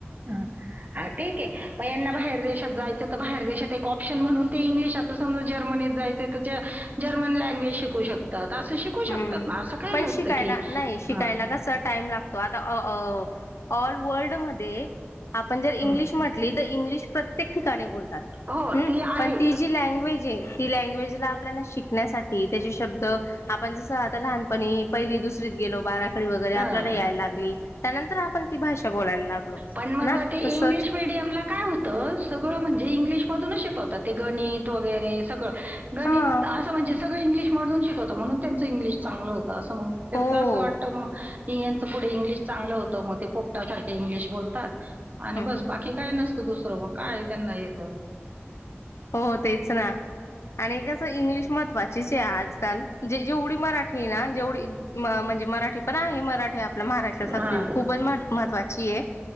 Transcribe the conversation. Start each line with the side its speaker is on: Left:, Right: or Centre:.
Right: ह हा ठीक आहे मग यांना बाहेर देशात जायचं तर बाहेर देशात एक ऑप्शन म्हणून ते इंग्लिश आता समज जर्मनीत जायचे तर जर्मन लँग्वेज शिकू शकतात. असं शिकू शकतात
Left: हम्म
Right: ना. असं काही
Left: पण
Right: नसतं
Left: शिकायला
Right: की
Left: नाही शिकायला
Right: हां,
Left: कस टाइम लागतो आता अ ऑल वर्ल्ड मध्ये आपण जर इंग्लिश
Right: हां.
Left: म्हटली तर इंग्लिश प्रत्येक ठिकाणी बोलतात.
Right: हो,
Left: हम्म
Right: ती आहे.
Left: पण ती जी लँग्वेज आहे ती लँग्वेजला आपल्याला शिकण्यासाठी त्याचे शब्द आपण जसं आता लहानपणी पहिली दुसरीत गेलो बाराखडी वगैरे
Right: हां.
Left: आपल्याला यायला लागली त्यानंतर आपण ती भाषा बोलायला लागलो.
Right: पण मग
Left: ना
Right: ते
Left: तसच
Right: इंग्लिश मिडीयम ला काय होतं सगळं म्हणजे इंग्लिश मधूनच शिकवतात ते गणित वगैरे सगळं गणित
Left: हा
Right: आस म्हणजे सगळं सगळं इंग्लिश मधुन शिकवत म्हणून त्यांच इंग्लिश चांगलं होत असं म्हणत त्यांच
Left: हो.
Right: असं वाटतं म हि यांचे पुढे इंग्लिश चांगलं होतं मग ते पोपटासारख इंग्लिश बोलतात‌. आणि
Left: हम्म
Right: बस बाकी काय नसतं दुसरं मग काय त्यांना येत.
Left: हो तेच ना. आणि असं इंग्लिश महत्वाचीच आहे आजकाल जे जेवढी मराठी ना जेवढी म्हणजे मराठी पण आहे मराठी आपल्या महाराष्ट्रासाठी
Right: हां.
Left: खूपच महत्त्वाची आहे.